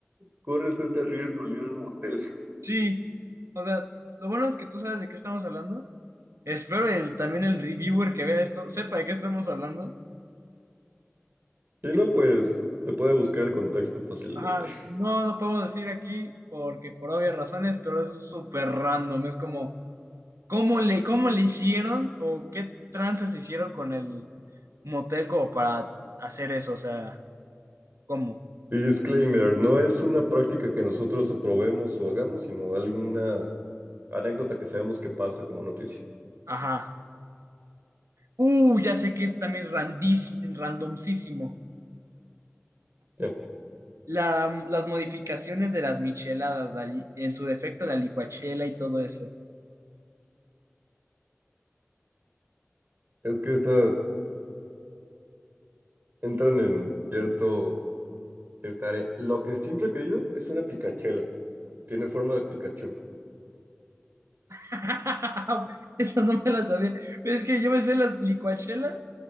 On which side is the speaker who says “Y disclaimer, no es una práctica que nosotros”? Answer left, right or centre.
Right